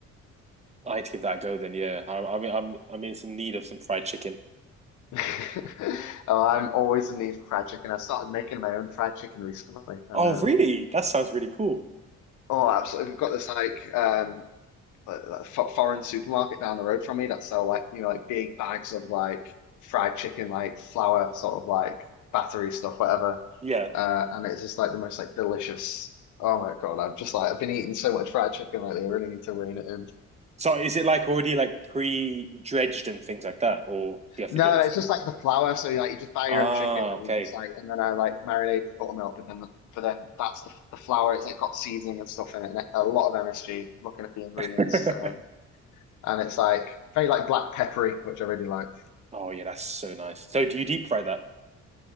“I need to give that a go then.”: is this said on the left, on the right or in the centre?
Right